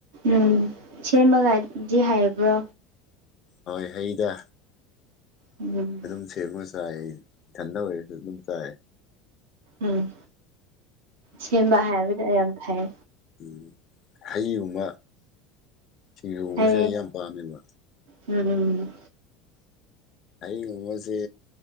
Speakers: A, on the right; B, on the left.
A: ꯎꯝ ꯁꯦꯝꯃꯒꯗꯤ ꯍꯥꯏꯕ꯭ꯔꯣ
B: ꯍꯣꯏ ꯍꯩꯗ
A: ꯎꯝ
B: ꯑꯗꯨꯝ ꯁꯦꯝꯃꯥꯒ ꯆꯥꯏ ꯏꯊꯟꯗꯥ ꯑꯣꯏꯔꯁꯨ ꯑꯗꯨꯝ ꯆꯥꯏ
A: ꯎꯝ ꯁꯦꯝꯕ ꯍꯩꯕꯗꯣ ꯌꯥꯝ ꯐꯩ
B: ꯎ ꯍꯩꯒꯨꯝꯕ ꯁꯤꯡꯖꯨꯒꯨꯝꯕꯁꯦ
A: ꯍꯥꯏꯌꯦ
B: ꯑꯩ ꯌꯥꯝ ꯄꯥꯝꯃꯦꯕ
A: ꯎꯝ ꯎꯝ
B: ꯍꯩꯒꯨꯝꯕꯁꯦ